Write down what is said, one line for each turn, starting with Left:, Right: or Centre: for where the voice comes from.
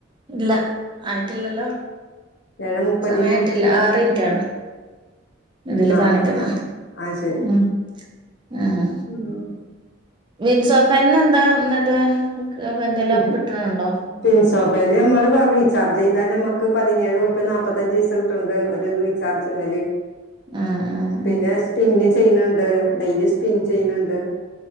Right: ഇല്ല ആയിട്ടില്ലല്ലോ
Left: ഏഴേ മുപ്പതിന്
Right: സമയറ്റില്ല
Left: അടിച്ച്ണ്
Right: ആറിന്റ്റാണ് ഇതില്
Left: ആ
Right: കാണിക്കണ
Left: ആ ആ അത് ശരി
Right: ഉ ആഹ
Left: ഉം
Right: മൻസോപ്പന്നെ എന്താ എന്നിട്ട് എന്തെല്ലാം
Left: പി
Right: കിട്ടണുണ്ടോ
Left: പിൻസോപല് നമ്മള് റീചാർജ് ചെയ്താല നമ്മക്ക് ക്ക് പതിനേഴുറു നാല്പ്പത്തഞ്ചച് ദസം കിട്ടുണ്ട് ഒരു റീചാർജും വല്
Right: ആഹ് ആഹ്
Left: പിന്നെ
Right: ആഹ്
Left: സ്പിന്ന ചെയ്യണണ്ട് ഡെലി സ്പിൻ ചെയ്യണണ്ട്